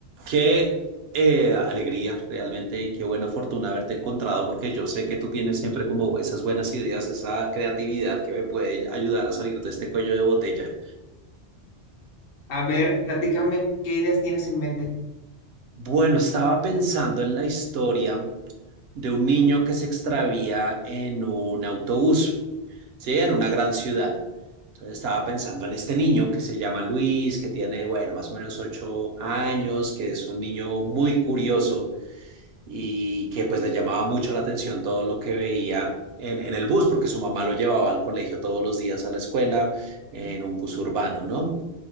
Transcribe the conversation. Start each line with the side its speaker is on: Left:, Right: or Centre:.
Right: qué eh, alegría realmente y qué buena fortuna haberte encontrado porque yo sé que tú tienes siempre como esas buenas ideas, esa creatividad que me puede ayudar a salir de este cuello de botella.
Left: A ver, platícame, ¿qué ideas tienes en mente?
Right: Bueno, estaba pensando en la historia de un niño que se extravía en un autobús, ¿sí? En una gran ciudad. Entonces estaba pensando en este niño que se llama Luis, que tiene, bueno, más o menos ocho años, que es un niño muy curioso y que pues le llamaba mucho la atención todo lo que veía en, en el bus, porque su mamá lo llevaba al colegio todos los días a la escuela en un bus urbano, ¿no?